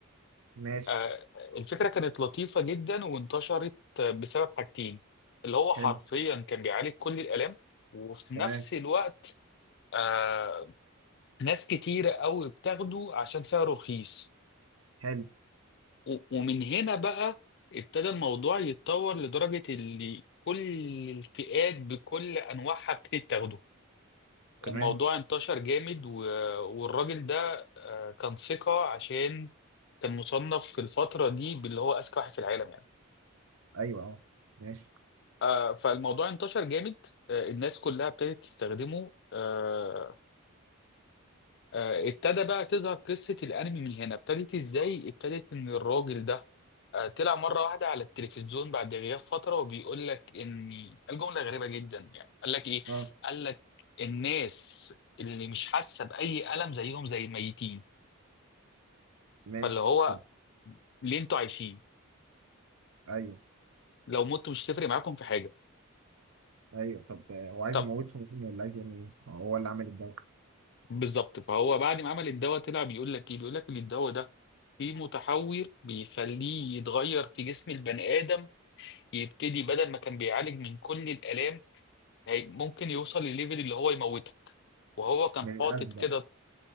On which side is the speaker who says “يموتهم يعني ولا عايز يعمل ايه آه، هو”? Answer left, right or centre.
Right